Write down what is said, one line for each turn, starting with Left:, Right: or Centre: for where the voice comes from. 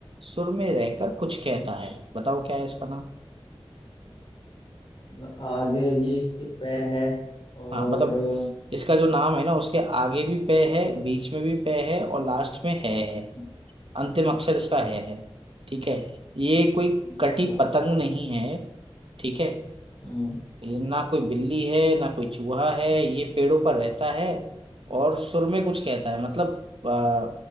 Right: सुर में रहकर कुछ कहता
Left: हम्म।
Right: है बताओ क्या है इसका नाम
Left: मतलब आगे भी इसके पै है और
Right: हाँ मतलब
Left: हम्म,
Right: इसका जो नाम है ना उसके आगे भी पे है बीच में भी पे है और लास्ट में है है
Left: हम्म,
Right: अंतिम अक्षर इसका है है ठीक है ये कोई
Left: अच्छा
Right: कटी पतंग नहीं है ठीक है
Left: हम्म
Right: ये ना कोई बिल्ली है ना कोई चूहा है ये पेड़ों पर रहता है और सुर में कुछ कहता है मतलब आ,